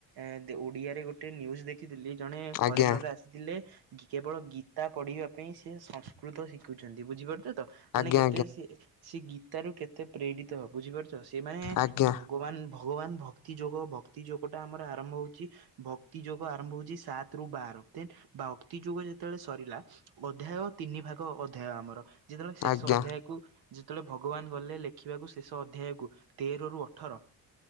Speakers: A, on the right; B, on the left.
A: ଏଁ ଓଡ଼ିଆରେ ଗୋଟେ ନ୍ୟୁଜ ଦେଖିଥିଲି। ଜଣେ
B: ଆଜ୍ଞା
A: ଫରେନର ଆସିଥିଲେ କେବଳ ଗୀତା ପଢିବା ପାଇଁ ସେ ସଂସ୍କୃତ ଶିଖୁଛନ୍ତି, ବୁଝିପାରୁଛ ତ! ମାନେ
B: ଆଜ୍ଞା
A: କେତେ ସିଏ, ସିଏ ଗୀତାରୁୁ କେତେ ପ୍ରେଡିତ ବୁଝିପାରୁଛ। ସିଏ ମାନେ
B: ଆଜ୍ଞା
A: ଭଗବାନ୍ ଭଗବାନ ଭକ୍ତି ଯୋଗ, ଭକ୍ତି ଯୋଗଟା ଆମର ଆରମ୍ଭ ହଉଚି ଭକ୍ତି ଯୋଗୁ ଆରମ୍ଭ ହଉଛି, ସାତ ରୁ ବାର ଦେନ୍ ବାଉଁ ତି ଯୁଗ ଯେତେବେଳେ ସରିଲା, ଅଧ୍ୟାୟ ତିନି ଭାଗ ଅଧ୍ୟାୟ ଆମର। ଯେତେବେଳେ ଶେଷ
B: ଆଜ୍ଞା ଆଜ୍ଞା
A: ଅଧ୍ୟାୟକୁ ଯେତେଳେ ଭଗବାନ ଗଲେ ଲେଖିବାକୁ ଶେଷ ଅଧ୍ୟାୟକୁ, ତେରରୁ ଅଠର